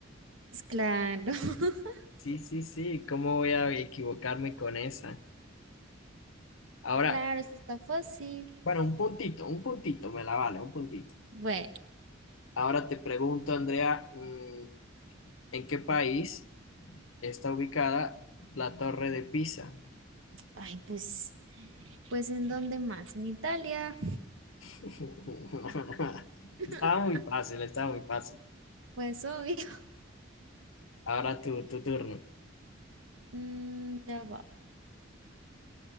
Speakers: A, on the right; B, on the left.
A: Es claro. <laughs>
B: Sí, sí, sí, ¿cómo voy a equivocarme con esa? Ahora,
A: Claro, eso está fácil.
B: bueno, un puntito, un puntito, me la vale, un puntito.
A: Bueno,
B: Ahora te pregunto, Andrea, mm, ¿en qué país está ubicada la Torre de Pisa?
A: ay, pues, pues ¿en dónde más? En Italia,
B: <laughs>
A: <laughs>
B: Estaba muy fácil, estaba muy fácil.
A: pues obvio.
B: Ahora tu, tu turno.
A: Mm, ya va.